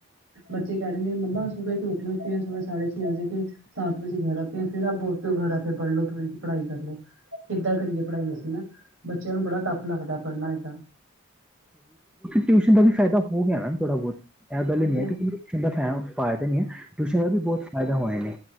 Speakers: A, on the right; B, in the centre.
A: ਬੱਚੇ ਕਹਿ ਦੇਂਦੇ ਨੇ ਮੰਮਾ ਸ਼ੁਭਏ ਤੋਂ ਉਠੇ ਹੋਤੇ ਹੈ ਸਾਢੇ ਛੇ ਵਜੇ ਕੇ। ਸਤ ਵਜੇ ਘਰ ਆਤੇ ਹੈਂ ਫਿਰ ਆਪ ਬੋਲਦੇ ਹੋ ਘਰ ਆ ਕੇ ਪੜਲੋ। ਪੜ੍ਹਾਈ ਕਰ ਲਓ ਕਿੱਦਾਂ ਕਰੀਏ ਪੜ੍ਹਾਈ ਅਸੀਂ ਨਾ ਬੱਚਿਆਂ ਨੂੰ ਬੜਾ ਟੱਫ ਲੱਗਦਾ ਪੜ੍ਹਨਾ ਏਦਾਂ।
B: ਟਿਊਸ਼ਨ ਦਾ ਵੀ ਫਾਇਦਾ ਹੋ ਗਿਆ ਨਾ ਥੋੜਾ ਬਹੁਤ ਇਹ ਗੱਲ
A: ਹਾਂਜੀ
B: ਹੀ ਨੀ ਹੈ
A: ਹਾਂਜੀ
B: ਕ਼ੀ। ਦਾ ਫਾਇਦਾ ਨੀ ਹੈ ਟਿਊਸ਼ਨ ਦਾ ਵੀ ਬਹੁਤ ਫਾਇਦਾ ਹੋਆ ਨੇ